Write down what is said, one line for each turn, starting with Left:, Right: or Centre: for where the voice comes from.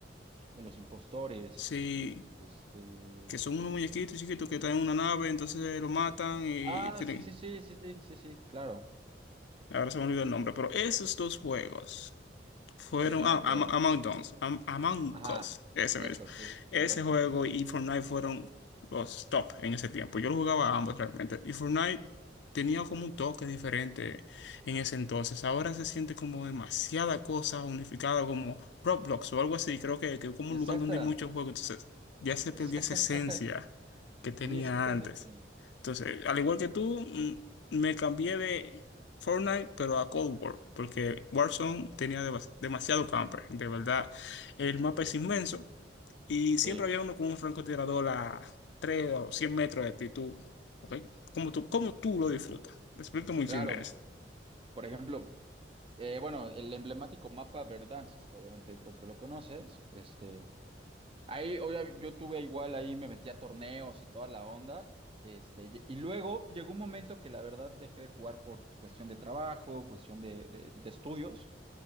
Right: De los impostores.
Left: Sí.
Right: Este.
Left: que son unos muñequitos chiquitos que están en una nave, entonces lo matan y
Right: Ah,
Left: tienen...
Right: sí, sí, sí, sí, sí, sí, sí, claro.
Left: Ahora se me olvidó el nombre, pero esos dos juegos fueron...
Right: Sí, sí, me
Left: Ah,
Right: acuerdo.
Left: Am- Among Us, Am- Among
Right: Ajá,
Left: Us, ese
Right: eso,
Left: mismo.
Right: sí,
Left: Ese
Right: correcto,
Left: juego
Right: correcto.
Left: y Fortnite fueron los top en ese tiempo. Yo lo jugaba a ambos realmente. Y Fortnite tenía como un toque diferente en ese entonces. Ahora se siente como demasiada cosa unificada, como Roblox o algo así. Creo que, que como
Right: Exacta,
Left: un lugar donde hay muchos juegos, entonces ya se perdió
Right: exacta.
Left: esa esencia
Right: <laughs>
Left: que tenía
Right: Sí, exactamente.
Left: antes. Entonces, al igual que tú, mm, me cambié de Fortnite, pero a Cold War, porque Warzone tenía demas- demasiado camper, de verdad. El mapa es inmenso y
Right: Sí,
Left: siempre había uno con un francotirador a 3 o 100 metros de ti, tú, ¿ok? Como tú, como tú lo disfrutas. Me explico muy
Right: claro.
Left: bien de eso.
Right: Por ejemplo, eh, bueno, el emblemático mapa Verdansk, obviamente creo que lo conoces. Este, ahí, obvia- yo tuve igual, ahí me metí a torneos y toda la onda. Este, y y luego llegó un momento que la verdad dejé de jugar por cuestión de trabajo, cuestión de, de de estudios.